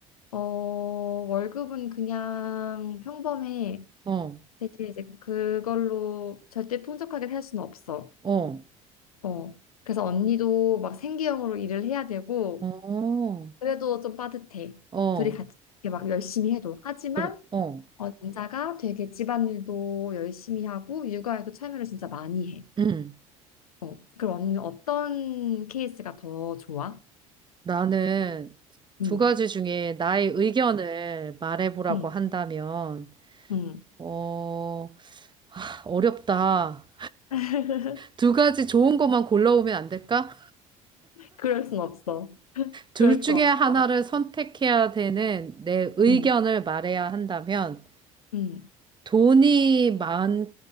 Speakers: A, on the left; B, on the right.
A: 어, 월급은 그냥 평범해.
B: 어,
A: 대신 이제 그걸로 절대 풍족하게 살 수는 없어.
B: 어,
A: 어. 그래서 언니도 막 생계형으로 일을 해야 되고,
B: 어,
A: 그래도 좀 빠듯해.
B: 어,
A: 둘이 같이 이렇게 막 열심히 해도. 하지만,
B: 그래, 어.
A: 어, 남자가 되게 집안일도 열심히 하고, 육아에도 참여를 진짜 많이 해.
B: 응.
A: 어. 그럼 언니는 어떤 케이스가 더 좋아?
B: 나는
A: 응,
B: 두 가지 중에 나의 의견을 말해보라고
A: 응,
B: 한다면,
A: 응.
B: 어, 어렵다.
A: <laughs>
B: 두 가지 좋은 것만 골라오면 안 될까?
A: 그럴 순 없어.
B: 둘
A: 그럴
B: 중에
A: 수 없어.
B: 하나를 선택해야 되는 내 의견을
A: 응,
B: 말해야 한다면
A: 응.
B: 돈이 많,